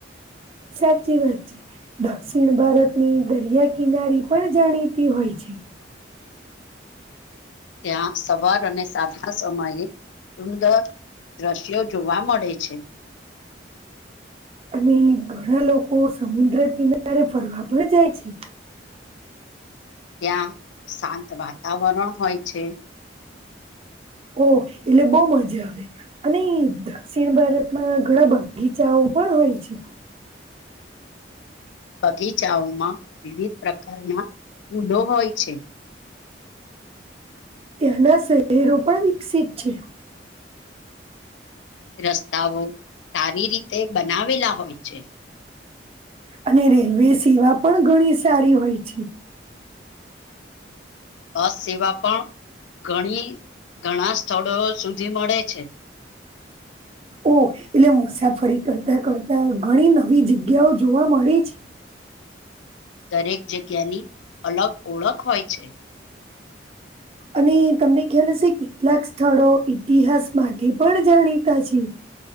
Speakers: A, on the right; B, on the left.
A: સાચી વાત છે દક્ષિણ ભારતની દરિયા કિનારી પણ જાણીતી હોય છે
B: ત્યાં સવાર અને સાત ના સમયે સુંદર દ્રશ્યો જોવા મળે છે
A: અને ઘણા લોકો સમુદ્ર કિનારે ફરવા પણ જાય છે
B: ત્યાં શાંત વાતાવરણ હોય છે
A: ઓ એટલે બહ મજા આવે અને દક્ષિણ ભારતમાં ઘણા બગીચાઓ પણ હોય છે
B: બગીચાઓમાં વિવિધ પ્રકારના ફૂડો હોય છે
A: ત્યાના શહેરો પણ વિકસિત છે
B: રસ્તાઓ સારી રીતે બનાવેલા હોય છે
A: અને રેલવે સેવા પણ ઘણી સારી હોય છે
B: બસ સેવા પણ ઘણી ઘણા સ્થળો સુધી મળે છે
A: ઓહ એટલે મુસાફરી કરતા કરતા ઘણી નવી જગ્યાઓ જોવા મળે છે
B: દરેક જગ્યાની અલગ ઓળખ હોય છે
A: અને તમને ખ્યાલ હશે કેટલાક સ્થળો ઇતિહાસ માટે પણ જાણીતા છે